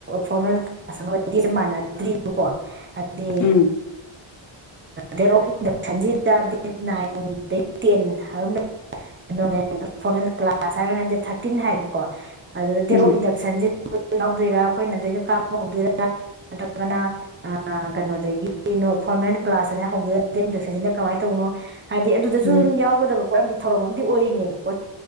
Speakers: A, on the right (about 25°); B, on the left (about 40°).
A: ꯐꯣꯔꯃꯦꯜ ꯀ꯭ꯂꯥꯁ ꯑꯗꯨꯗꯤ ꯃꯥꯟꯅꯗ꯭ꯔꯤꯕꯀꯣ ꯑꯗꯨꯗꯤ
B: ꯎꯝ
A: ꯗꯦꯠ ꯑꯣꯐ ꯏꯟꯗꯛꯁꯟꯁꯤꯗ ꯗꯦꯠ ꯅꯥꯏꯟ ꯇꯦꯟ ꯍꯥꯏꯕ ꯑꯃ ꯐꯣꯔ ꯀ꯭ꯂꯥꯁ ꯍꯥꯏꯔꯒꯅ ꯗꯦꯠ ꯊꯥꯔꯇꯤꯟ ꯍꯥꯏꯕꯀꯣ ꯑꯗꯨꯒ ꯗꯦꯠ
B: ꯎꯝ
A: ꯑꯣꯐ ꯏꯟꯗꯛꯁꯟꯁꯤ ꯌꯥꯗꯣꯏꯔꯥ ꯑꯩꯈꯣꯏꯅꯗꯩꯅ ꯀꯥꯞꯄ ꯍꯧꯗꯣꯏꯔꯥ ꯅꯠꯇ꯭ꯔꯒꯅ ꯀꯩꯅꯣꯗꯒꯤ ꯐꯣꯔꯃꯦꯜ ꯀ꯭ꯂꯥꯁ ꯍꯧꯗꯣꯏ ꯍꯧꯁꯁꯤꯅ ꯀꯃꯥꯏꯅ ꯇꯧꯅꯣ ꯍꯥꯏꯗꯤ ꯑꯗꯨꯗꯁꯨ
B: ꯎꯝ
A: ꯑꯗꯨꯝ ꯌꯥꯎꯒꯗꯕ ꯄꯣ ꯑꯃꯗꯤ ꯊꯧꯔꯝ ꯑꯃꯗꯤ ꯑꯣꯏꯔꯤꯅꯦꯕ